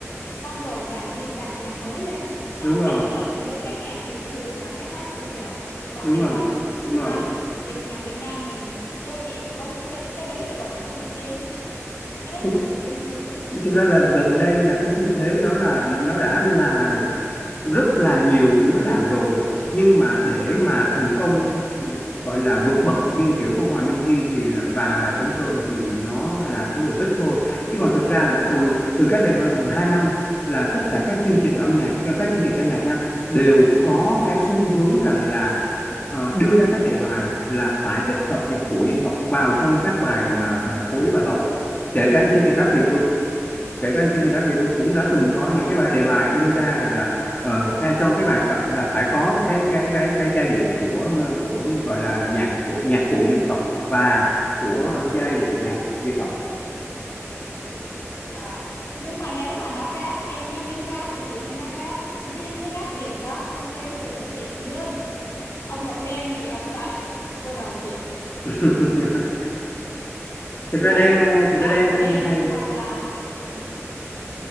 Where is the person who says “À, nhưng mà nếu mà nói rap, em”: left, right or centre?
Left